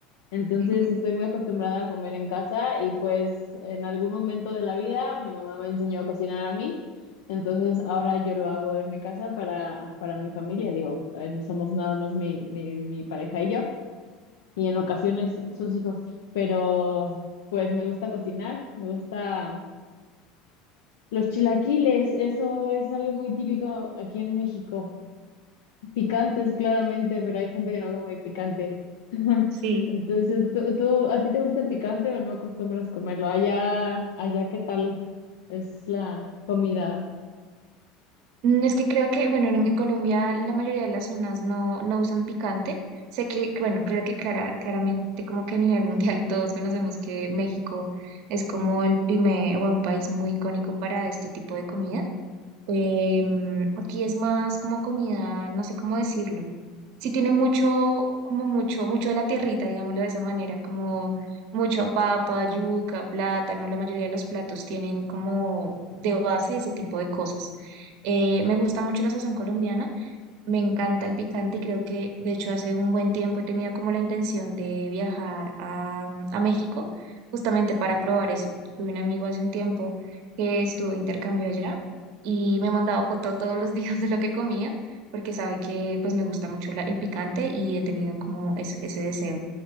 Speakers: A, on the left; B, on the right.
A: Entonces
B: <laughs>
A: estoy muy acostumbrada a comer en casa y pues en algún momento de la vida mi mamá me enseñó a cocinar a mí. Entonces ahora yo lo hago en mi casa para, para mi familia. Digo, en- somos nada más mi, mi, mi pareja y yo y en ocasiones sus hijos. Pero pues me gusta cocinar, me gusta los chilaquiles, eso es algo muy típico aquí en México. Picantes, claramente, pero hay gente que no come picante. <laughs>
B: Sí.
A: Entonces, ¿tú, tú- a ti te gusta el picante o no acostumbras comerlo? Allá, allá, ¿qué tal es la comida?
B: Mm, Es que creo que, bueno, en, en Colombia la mayoría de las zonas no, no usan picante. Sé que, bueno, creo que clara- claramente como que a nivel <laughs> mundial todos conocemos que México es como el primer o un país muy icónico para este tipo de comidas Em, aquí es más como comida, no sé cómo decirlo. Sí tiene mucho, como mucho, mucho de la tierrita, digámoslo de esa manera, como mucho papa, yuca, plátano, la mayoría de los platos tienen como de base ese tipo de cosas. Eh, me gusta mucho la sazón colombiana. Me encanta el picante y creo que de hecho hace un buen tiempo tenía como la intención de viajar a, mm, a México justamente para probar eso. Tuve un amigo hace un tiempo que estuvo de intercambio allá y me mandaba foto todos los <laughs> días de lo que comía porque sabe que pues me gusta mucho la- el picante y he tenido como es- ese deseo.